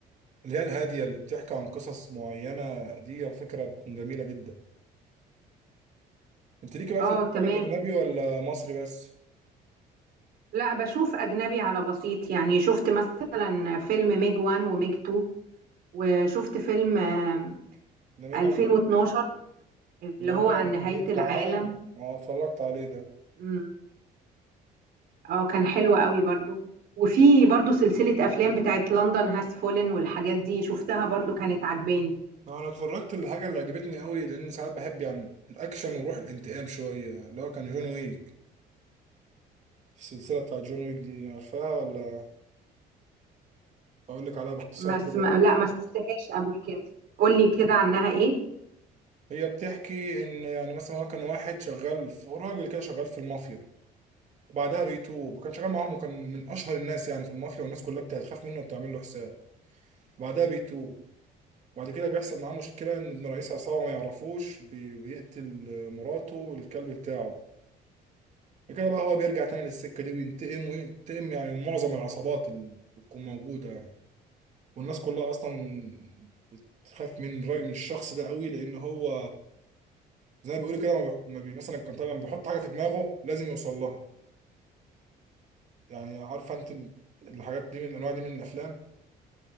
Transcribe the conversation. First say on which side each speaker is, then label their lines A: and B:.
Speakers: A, on the right (about 45°); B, on the right (about 65°).
A: اللي هي الهاديه اللي بتحكي عن قصص معينه دي على فكره بتكون جميله جدا انت ليك بقى
B: اه
A: في الافلام
B: تمام
A: الاجنبي ولا مصري بس؟
B: لا بشوف أجنبي على بسيط يعني شفت مثلا فيلم ميج 1 وميج 2 وشفت فيلم آم،
A: ده
B: 2012 اللي
A: اللي هو
B: هو عن نهاية
A: نهايه
B: العالم
A: العالم اه اتفرجت عليه ده
B: مم. اه كان حلو قوي برضو وفي برضو سلسلة أفلام بتاعت لندن هاس فولن والحاجات دي شفتها برضو كانت عجباني
A: انا اتفرجت الحاجه اللي عجبتني قوي لان ساعات بحب يعني الاكشن وروح الانتقام شويه اللي هو كان جون ويك السلسله بتاع جون ويك دي عارفاها ولا اقول لك عليها باختصار
B: بس
A: كده
B: ما لا ما شفتهاش قبل كده قولي كده عنها ايه
A: هي بتحكي ان يعني مثلا هو كان واحد شغال في هو راجل كده شغال في المافيا وبعدها بيتوب وكان شغال معاهم وكان من اشهر الناس يعني في المافيا والناس كلها بتخاف منه وبتعمل له حساب وبعدها بيتوب وبعد كده بيحصل معاه مشكله ان ابن رئيس عصابه ما يعرفوش بي- بيقتل مراته والكلب بتاعه كده بقى هو بيرجع تاني للسكة دي وينتقم وينتقم يعني من معظم العصابات اللي بتكون موجودة يعني والناس كلها أصلا بتخاف من الراجل من الشخص ده قوي لأن هو زي ما بيقولوا كده ما بيح- ما بي مثلا كان طبعا بيحط حاجة في دماغه لازم يوصل لها يعني عارفة أنت الحاجات دي من الأنواع دي من الأفلام